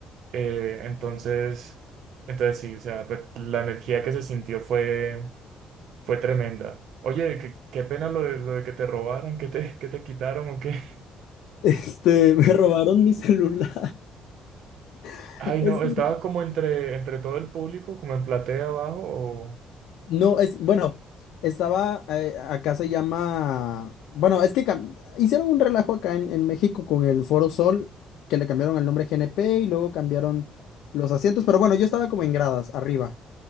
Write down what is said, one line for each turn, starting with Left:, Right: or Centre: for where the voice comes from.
Right: eh, entonces, entonces sí, o sea, pues, la energía que se sintió fue, fue tremenda. Oye, qué, qué pena lo de, lo de que te robaran, que te, que te quitaron o qué.
Left: Este, me robaron mi celular.
Right: <laughs>
Left: <laughs>
Right: Ay,
Left: Es
Right: no,
Left: que
Right: estaba como entre, entre todo el público, como en platea abajo o...
Left: No, es, bueno, estaba, eh, acá se llama, bueno, es que cam- hicieron un relajo acá en, en México con el Foro Sol, que le cambiaron el nombre GNP y luego cambiaron los asientos, pero bueno, yo estaba como en gradas, arriba